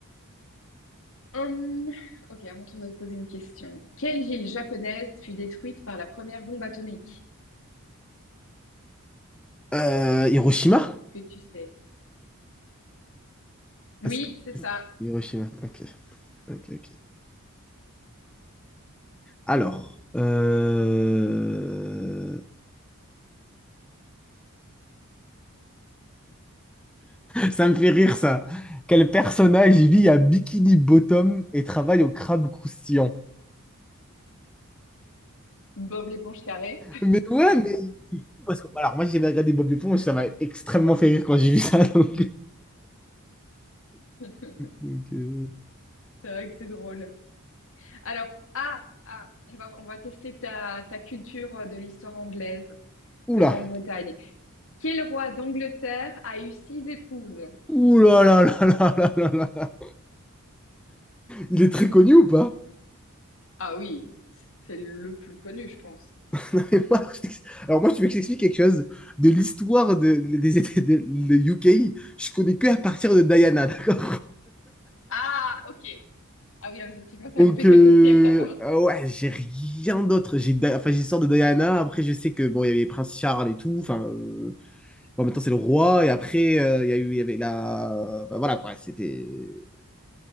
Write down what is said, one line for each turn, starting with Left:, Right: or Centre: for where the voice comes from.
Left: Hum, ok, à mon tour de te poser une question. Quelle ville japonaise fut détruite par la première bombe atomique?
Centre: Euh, Hiroshima?
Left: Qu'est-ce que tu sais? Oui,
Centre: Est-ce que-
Left: c'est ça.
Centre: Hiroshima, ok. ok, ok. Alors, euh, ça me fait rire ça. Quel personnage vit à Bikini Bottom et travaille au crabe croustillant?
Left: Bob l'éponge carrée.
Centre: Mais ouais, mais c'est fou parce que alors moi j'ai regardé Bob l'éponge, ça m'a extrêmement fait rire quand j'ai vu ça. <laughs> donc.
Left: <laughs> C'est
Centre: Donc, euh,
Left: vrai que c'est drôle. Alors, ah, ah, on va, on va tester ta, ta culture euh, de l'histoire anglaise
Centre: Oula!
Left: de Grande-Bretagne. Quel roi d'Angleterre a eu six épouses?
Centre: Ouh là là là là là là là Il est très connu ou pas?
Left: Ah oui, c'est le plus connu, je pense.
Centre: <laughs> moi, je t'ex- Alors moi, tu veux que je t'explique quelque chose de l'histoire de, des États de, le UK. Je connais que à partir de Diana, d'accord?
Left: Ah, ok. Ah oui, effectivement,
Centre: <laughs>
Left: t'as
Centre: Donc
Left: loupé
Centre: euh,
Left: quelques siècles alors.
Centre: ah ouais, j'ai rien d'autre. J'ai Di- enfin j'ai l'histoire de Diana. Après, je sais que bon, il y avait Prince Charles et tout. Enfin, euh, bon, maintenant c'est le roi. Et après, euh, il y a eu, il y avait la, enfin, voilà quoi. C'était,